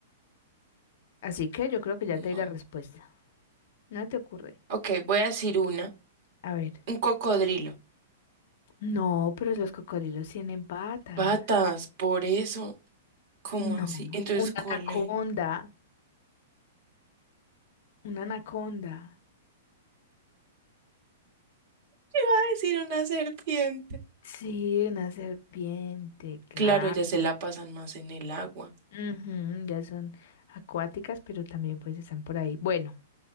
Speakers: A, on the left; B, on the right.
A: Así que yo creo que ya
B: no.
A: te di la respuesta. ¿No te ocurre?
B: Ok, voy a decir una.
A: A ver.
B: Un cocodrilo.
A: No, pero los cocodrilos tienen patas.
B: Patas, por eso. ¿Cómo
A: No,
B: así? Entonces,
A: una
B: ¿cuál
A: anaconda,
B: es?
A: una anaconda.
B: iba a decir una serpiente.
A: Sí, una serpiente, claro.
B: Claro, ellas se la pasan más en el agua.
A: Ujú, ya son acuáticas, pero también pues están por ahí. Bueno,